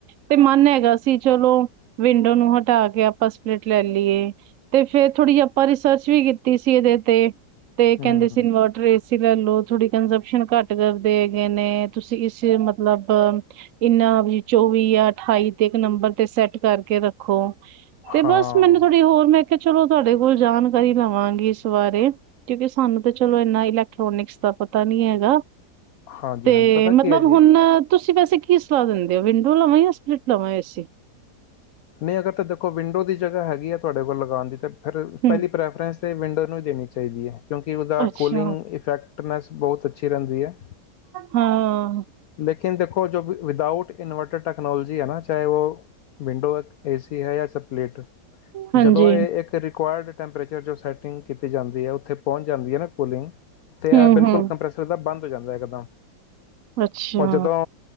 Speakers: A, on the right; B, on the left.
A: ਤੇ ਮਨ ਹੈਗਾ ਸੀ ਚਲੋ ਵਿੰਡੋ ਨੂੰ ਹਟਾ ਕੇ ਆਪਾਂ ਸਪਲਿਟ ਲੈ ਲਈਏ ਤੇ ਫੇਰ ਥੋੜੀ ਜਿਹੀ ਆਪਾਂ ਰਿਸਰਚ ਵੀ ਕੀਤੀ ਸੀ ਇਹਦੇ ਤੇ ਤੇ ਕਹਿੰਦੇ
B: ਹੂੰ,
A: ਸੀ ਇਨਵਰਟਰ ਏ ਸੀ ਲੈ ਲਓ ਥੋਡੀ ਕੰਜਪਸ਼ਨ ਘੱਟ ਕਰਦੇ ਹੈਗੇ ਨੇ ਤੁਸੀਂ ਇਸ ਮਤਲਬ ਇਨਾ ਵੀ ਚੌਵੀ ਜਾਂ ਅਠਾਈ ਤੇ ਇੱਕ ਨੰਬਰ ਤੇ ਸੈਟ ਕਰਕੇ ਰੱਖੋ ਤੇ ਬਸ
B: ਹਾਂ,
A: ਮੈਨੂੰ ਥੋੜੀ ਹੋਰ ਮੈਂ ਚਲੋ ਤੁਹਾਡੇ ਕੋਲ ਜਾਣਕਾਰੀ ਲਵਾਂਗੀ ਇਸ ਬਾਰੇ ਕਿਉਂਕਿ ਸਾਨੂੰ ਤਾਂ ਚਲੋ ਇਨਾ ਇਲੈਕਟ੍ਰੋਨਿਕਸ ਦਾ ਪਤਾ ਨੀ ਹੈਗਾ
B: ਹਾਂਜੀ,
A: ਤੇ
B: ਹਾਂਜੀ ਪਤਾ ਕੀ
A: ਮਤਲਬ
B: ਹੈ ਜੀ
A: ਹੁਣ ਤੁਸੀਂ ਵੈਸੇ ਕੀ ਸਲਾਹ ਦਿੰਦੇ ਹੋ ਵਿੰਡੋ ਲਵਾਂ ਜਾਂ ਸਪਲਿੱਟ ਲਵਾਂ ਏਸੀ
B: ਨਹੀਂ ਅਗਰ ਤਾਂ ਦੇਖੋ ਵਿੰਡੋ ਦੀ ਜਗ੍ਹਾ ਹੈਗੀ ਆ ਤੁਹਾਡੇ ਕੋਲ ਲਗਾਉਣ ਦੀ ਤਾਂ ਫਿਰ
A: ਹੂੰ
B: ਪਹਿਲੀ ਪ੍ਰੈਫਰੈਂਸ ਤੇ ਵਿੰਡੋ ਨੂੰ ਦੇਣੀ ਚਾਹੀਦੀ ਹੈ ਕਿਉਂਕਿ ਉਹਦਾ
A: ਅੱਛਾ
B: ਕੂਲਿੰਗ ਇਫੈਕਟ ਨੈਸ ਬਹੁਤ ਅੱਛੀ ਰਹਿੰਦੀ ਹੈ
A: ਹਾਂ
B: ਲੇਕਿਨ ਦੇਖੋ ਜੋ ਵਿਦਾਊਟ ਇਨਵਰਟਰ ਟੈਕਨੋਲੋਜੀ ਹੈ ਨਾ ਚਾਹੇ ਉਹ ਵਿੰਡੋ ਹੈ ਏਸੀ ਹੈ ਜਾਂ ਸਪਲਿਟ
A: ਹਾਂਜੀ
B: ਜਦੋਂ ਇਹ ਇੱਕ ਰਿਕਵਿਯਰਡ ਟੈਪਰੇਚਰ ਜੋ ਸੈਟਿੰਗ ਕੀਤੀ ਜਾਂਦੀ ਹੈ ਉੱਥੇ ਪਹੁੰਚ ਜਾਂਦੀ ਹੈ ਨਾ ਕੂਲਿੰਗ ਤੇ ਇਹ
A: ਹੂੰ
B: ਬਿਲਕੁਲ
A: ਹੂੰ
B: ਕੰਪ੍ਰੈਸਰ ਦਾ ਬੰਦ ਜਾਂਦਾ ਇਕਦਮ
A: ਅੱਛਾ
B: ਉਹ ਜਦੋਂ